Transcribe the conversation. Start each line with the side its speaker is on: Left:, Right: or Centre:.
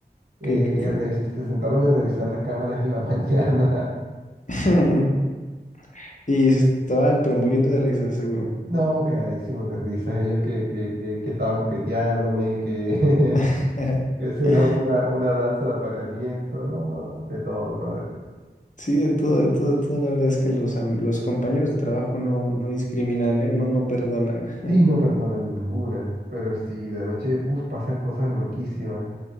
Right: Eh,
Left: ¿Qué, qué fue?
Right: revis- se sentaron a revisar las cámaras en la <laughs> mañana.
Left: <laughs> Y se estaban, pero muriendo de risa, seguro.
Right: No, cagadísimos de risas, ellos que, que, que, que estaba coqueteándome, que...
Left: <laughs>
Right: <laughs> Esa era una, una danza de apareamiento, ¿no? De todo, brother.
Left: Sí, de todo, de todo, de todo. La verdad es que los, am- los compañeros de trabajo no, no discriminan, ¿eh? No, no perdonan. <laughs>
Right: Sí, no perdonan ninguna, pero sí, de noche, uff, pasan cosas loquísimas.